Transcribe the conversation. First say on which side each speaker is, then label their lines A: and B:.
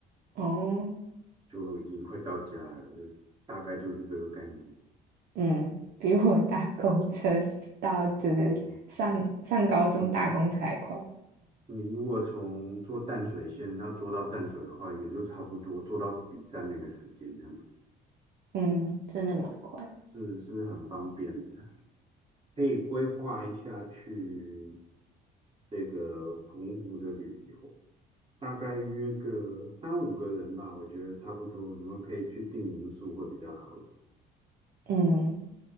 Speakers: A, on the right; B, on the right.
A: 哦
B: 就已经快到家了，就大概就是这个概念。
A: 嗯，比我搭公车到就是上上高中搭公车还快。
B: 嗯。你。你如果从做淡水线要坐到淡水的话，也就差不多坐到底站那个时间，这样子
A: 嗯，真的蛮快。
B: 是是很方便的。可以规划一下去这个澎湖的旅游，大概约个三五个人吧，我觉得差不多。你们可以去订民宿会比较好一点。
A: 嗯